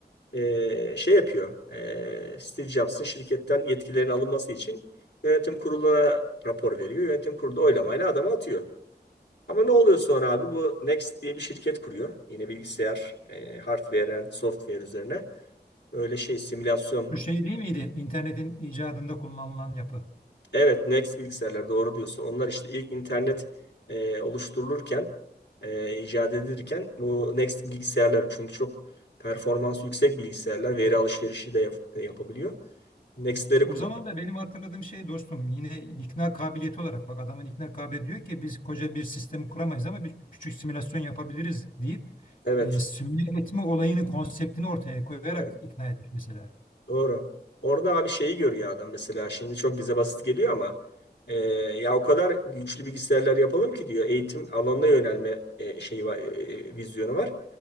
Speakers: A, on the left; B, on the left.
A: Ee, şey yapıyor. Ee, Steve Jobs'ın şirketten yetkilerin alınması için yönetim kuruluna rapor veriyor. Yönetim kurulu da oylamayla adamı atıyor. Ama ne oluyor sonra abi? Bu Next diye bir şirket kuruyor. Yine bilgisayar, e, hardware and software üzerine. Öyle şey simülasyon
B: Şu şey değil miydi? İnternetin icadında kullanılan yapı.
A: Evet, Next bilgisayarlar doğru diyorsun. Onlar işte ilk internet e, oluşturulurken, e, icat edilirken bu Next bilgisayarlar çünkü çok performansı yüksek bilgisayarlar veri alışverişi de yap- yapabiliyor. Next'leri
B: O
A: kullan.
B: zaman da benim hatırladığım şey dostum yine ikna kabiliyeti olarak bak adamın ikna kabiliyeti diyor ki biz koca bir sistemi kuramayız ama bir küçük simülasyon yapabiliriz deyip
A: Evet.
B: e, simüle etme olayını konseptini ortaya koyarak
A: e,
B: ikna etmiş mesela.
A: Doğru. Orada abi şeyi görüyor adam mesela şimdi çok bize basit geliyor ama e, ya o kadar güçlü bilgisayarlar yapalım ki diyor eğitim alanına yönelme e, şeyi var, e, vizyonu var.